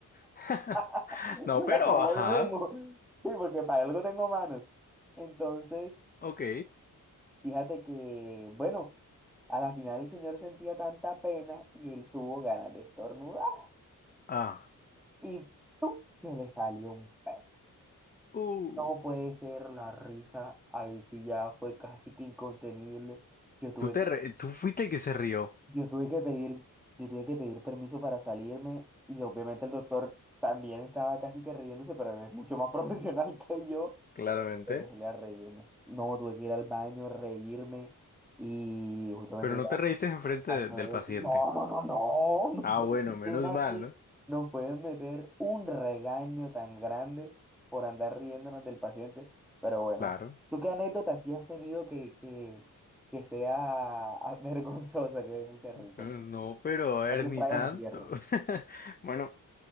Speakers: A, on the left; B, in the centre.
A: <laughs>
B: <laughs>
A: No,
B: Me
A: pero,
B: la como
A: ajá,
B: yo mismo. <laughs> Sí, porque para algo tengo manos. Entonces,
A: ok.
B: fíjate que, bueno, a la final el señor sentía tanta pena y él tuvo ganas de estornudar.
A: Ah,
B: Y ¡pum! se le salió un pez.
A: uh.
B: No puede ser la risa. Ahí sí ya fue casi que incontenible. Yo tuve
A: Tú te
B: que...
A: re- tú fuiste el que se rió,
B: Yo tuve que pedir, yo tuve que pedir permiso para salirme y obviamente el doctor también estaba casi que riéndose, pero él es mucho más <laughs> profesional que yo,
A: claramente,
B: tuve que salir a reírme. No, tuve que ir al baño, reírme y justamente
A: pero no
B: ya
A: te reíste enfrente
B: pasó
A: de- del
B: eso.
A: paciente.
B: No, no, no, no, <laughs> no puede
A: Ah, bueno, menos
B: ser una
A: mal,
B: que
A: ¿no?
B: nos pueden meter un regaño tan grande por andar riéndonos del paciente, pero bueno,
A: Claro.
B: ¿tú qué anécdota sí has tenido que, que, que sea <laughs> ah, vergonzosa, que dé mucha risa?
A: Eh, No, pero a
B: propio
A: ver, ni
B: Trágame
A: tanto.
B: Tierra.
A: <laughs> Bueno,